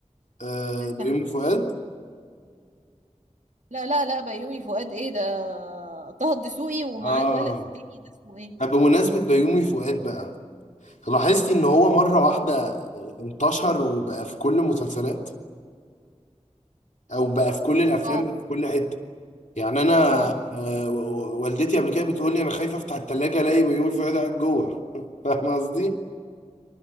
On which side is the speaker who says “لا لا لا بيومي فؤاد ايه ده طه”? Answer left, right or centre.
Right